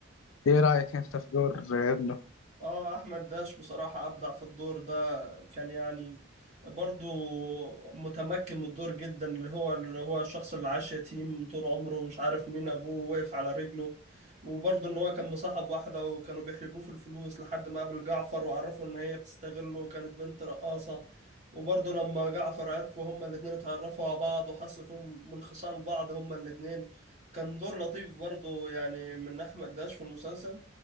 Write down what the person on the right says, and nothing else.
اه احمد داش بصراحة ابدع في الدور ده كان يعني برضو متمكن من الدور جدا اللي هو اللي هو الشخص اللي عاش يتيم طول عمره مش عارف مين ابوه وقف على رجله وبرضو ان هو كان مصاحب واحدة وكانوا بيحلبوه في الفلوس لحد ما قابل جعفر وعرفوا ان هي بتستغله وكانت بنت رقاصة وبرضو لما جعفر عرفوا هما الاتنين اتعرفوا على بعض وحسوا فيهم من خصال بعض هما الاتنين كان دور لطيف برضو يعني من احمد داش في المسلسل